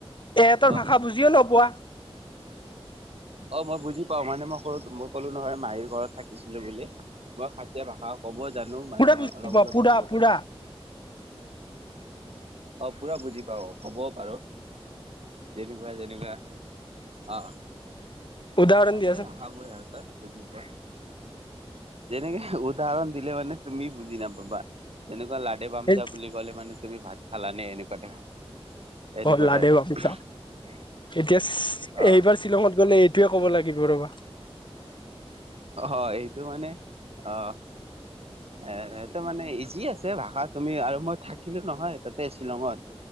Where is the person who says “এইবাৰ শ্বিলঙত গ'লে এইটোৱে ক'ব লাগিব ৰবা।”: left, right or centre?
Left